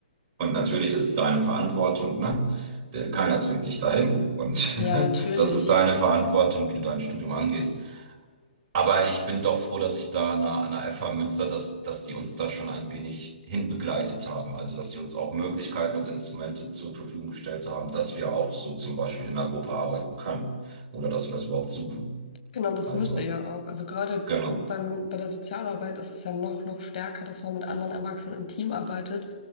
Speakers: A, on the right; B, on the left.
A: Und natürlich ist es deine Verantwortung, ne? Der- Keiner zwingt dich dahin. Und
B: Ja,
A: <laughs>
B: natürlich.
A: das ist deine Verantwortung, wie du dein Studium angehst. Aber ich bin doch froh, dass ich da an der, an der FH Münster, dass, dass die uns da schon ein wenig hinbegleitet haben. Also, dass sie uns auch Möglichkeiten und Instrumente zur Verfügung gestellt haben, dass wir auch so zum Beispiel in einer Gruppe arbeiten können oder dass wir das überhaupt suchen.
B: Genau, das
A: Also,
B: müsst ihr ja auch. Also gerade
A: genau.
B: beim, bei der Sozialarbeit ist es ja noch, noch stärker, dass man mit anderen Erwachsenen im Team arbeitet.